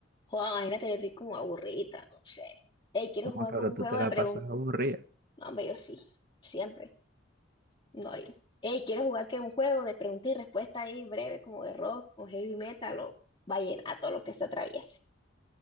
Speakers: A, on the left; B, on the right.
A: Joder, imagínate, yo estoy como aburrida, no sé. Ey, ¿quieres
B: No,
A: jugar
B: pero
A: como un
B: tú
A: juego
B: te
A: de
B: la
A: preguntas?
B: pasas aburrida.
A: No, hombre, yo sí, siempre. No, yo. Ey, ¿quieres jugar que un juego de preguntas y respuestas ahí breve, como de rock, o heavy metal, o vallenato, lo que se atraviese?